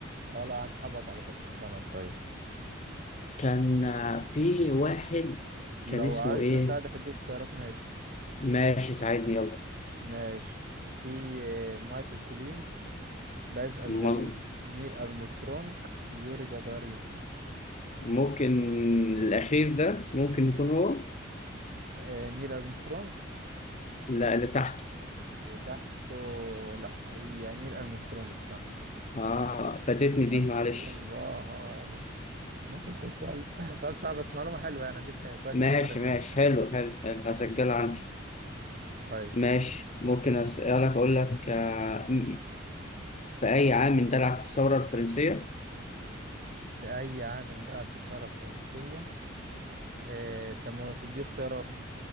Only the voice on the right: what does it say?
اول واحد هبط على سطح القمر طيب
لو
عايزني
اساعدك اديك اختيارات ماشي
ماشي في آه، مايكل كولينز باز الدرين
نيل ارمسترونج يوري جاجارين
آه نيل ارمسترونج
اللي تحته لا يعني نيل ارمسترونج صح
ارمسترونج
اه هو يعني ممكن يكون سؤال <clears throat> سؤال صعب بس معلومة حلوة يعني اديك كويس
انت عارفها
يعني
كويس
في اي عام اندلعت الثورة الفرنسية آه، تم تدي اختيارات